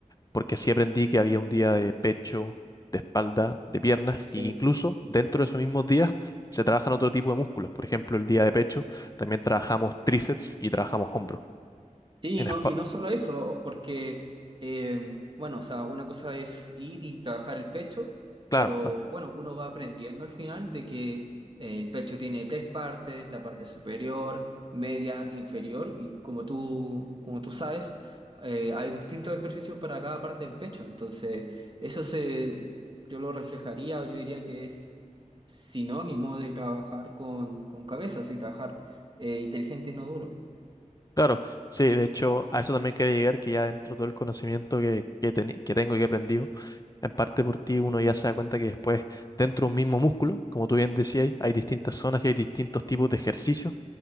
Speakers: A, on the left; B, on the right.
A: porque sí aprendí que había un día de pecho, de espalda, de piernas,
B: sí.
A: y que incluso dentro de esos mismos días se trabajan otro tipo de músculos. Por ejemplo, el día de pecho también trabajamos tríceps y trabajamos hombro.
B: Sí,
A: En
B: y no,
A: espa-
B: y no solo eso, porque, eh, bueno, o sea, una cosa es ir y trabajar el pecho,
A: claro,
B: pero
A: claro.
B: bueno, uno va aprendiendo al final de que eh, el pecho tiene tres partes, la parte superior, media, inferior, y como tú, como tú sabes, eh, hay distintos ejercicios para cada parte del pecho, entonces eso se, yo lo reflejaría o yo diría que es sinónimo de trabajar con, con cabeza, así trabajar eh, inteligente y no duro.
A: Claro, sí, de hecho, a eso también quería llegar, que ya dentro de todo el conocimiento que, que, teni- que tengo y que he aprendido, en parte por ti uno ya se da cuenta que después, dentro de un mismo músculo, como tú bien decías, hay distintas zonas y hay distintos tipos de ejercicios